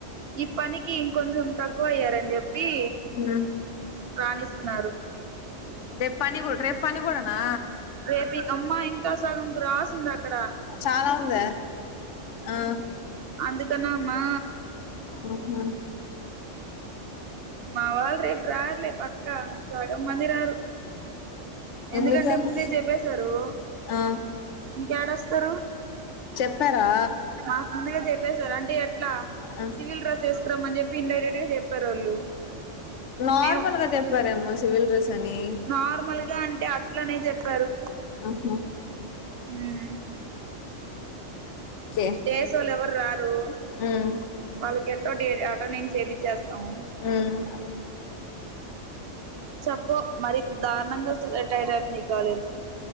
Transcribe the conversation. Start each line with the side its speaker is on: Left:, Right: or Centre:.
Right: ఈ పనికీ ఇంకొంచం తక్కువయ్యారని చెప్ ప్పి
Left: ఉమ్
Right: రాణిస్తున్నారు
Left: రేప్పని గూడా రేప్పనీగుడనా
Right: రేపు అమ్మా ఇంకా సగం గ్రాస్ ఉంది అక్కడ
Left: చాలా ఉంద ఆ
Right: అందుకన్నెమ్మా
Left: అహా
Right: మా వాళ్ళు రేప్ రార్లే పక్కా సగం మందిరారు ఎందుకంటే
Left: ఎందుకని
Right: ముందే చెప్పేశారు
Left: ఆ
Right: ఇంక్యాడోస్తారు
Left: చెప్పారా
Right: మాక్ ముందుగ చెప్పేశరు అంటే ఎట్లా
Left: ఆ
Right: సివిల్ డ్రస్ ఏస్కరంమని చెప్పి ఇండైరెక్ట్ గా చెప్పారు వాళ్ళు
Left: నార్మల్
Right: మేం
Left: గా చెప్పారేమో సివిల్ డ్రెస్ అని
Right: నార్మల్గా అం టే అట్లనే చెప్పారు
Left: ఆహ
Right: ఉమ్మ్
Left: ఓకే
Right: డేసోళ్ళు ఎవరు రారు
Left: ఉమ్
Right: వాళ్ళకె తోటి అటెండెన్స్ ఏ పించేస్తామ్
Left: ఉమ్
Right: చెప్పు మరి దారుణంగా <inaudible> ఈ కాలేజ్